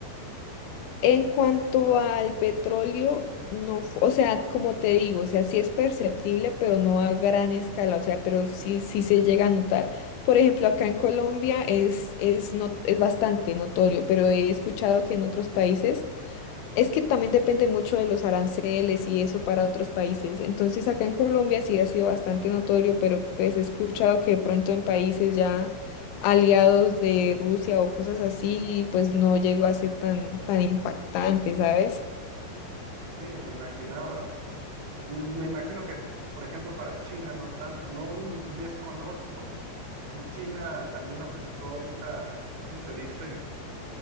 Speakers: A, on the left (about 85°); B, on the right (about 75°).
A: En cuanto al petróleo, no, fu- o sea, como te digo, o sea, sí es perceptible, pero no a gran escala, o sea, pero sí, sí se llega a notar. Por ejemplo, acá en Colombia es, es, no, es bastante notorio, pero he escuchado que en otros países es que también depende mucho de los aranceles y eso para otros países. Entonces, acá en Colombia sí ha sido bastante notorio, pero pues he escuchado que de pronto en países ya aliados de Rusia o cosas así, pues no llegó a ser tan, tan impactante, ¿sabes?
B: Sí, me imaginaba. Y Me imagino que, por ejemplo, para China no tanto. No desconozco si China también aplicó estas, ¿cómo se dice?